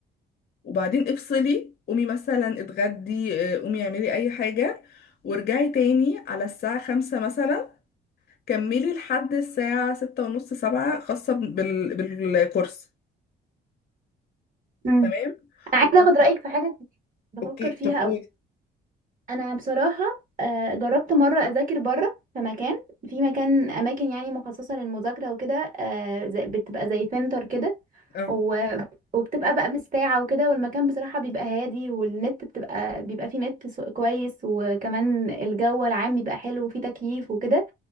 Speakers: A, on the left (about 50°); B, on the right (about 40°).
A: وبعدين افصلي قومي مثلا اتغدي آه، قومي اعملي اي حاجة وارجعي تاني على الساعة خمسة مثلا كملي لحد الساعة ستة ونص سبعة خاصة بال... بالكورس
B: امم
A: تمام
B: أنا عايزة
A: وبعد...
B: أخد رأيك في حاجة كنت بفكر
A: اوكي
B: فيها
A: طب قولي
B: أوي انا بصراحه آه، جربت مره اذاكر بره في مكان في مكان اماكن يعني مخصصه للمذاكره وكده آه، زي- بتبقى زي سنتر كده
A: اه
B: و- وبتبقى بقى بالساعه وكده والمكان بصراحه بيبقى هادي والنت بتبقى بيبقى فيه نت سو- كويس وكمان الجو العام بيبقى حلو وفيه تكييف وكده